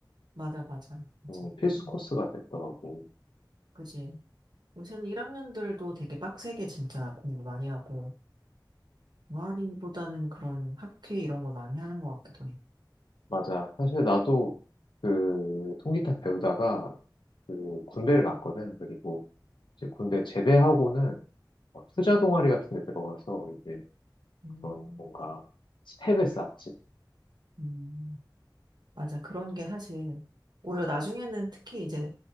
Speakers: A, on the right; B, on the left.
A: 맞아, 맞아, 맞아.
B: 음, 필수
A: 음,
B: 코스가 됐더라고.
A: 그지. 요새는 1학년들도 되게 빡세게 진짜 공부 많이 하고, 동아리보다는 그런 학회 이런 걸 많이 하는 것 같기도 해.
B: 맞아. 사실 나도 그 통기타 배우다가 그 군대를 갔거든. 그리고 이제 군대 제대하고는 어, 투자 동아리 같은 데 들어가서 이제
A: 음,
B: 그런 뭔가 스펙을 쌓지.
A: 음, 맞아. 그런 게 사실, 오히려 나중에는 특히 이제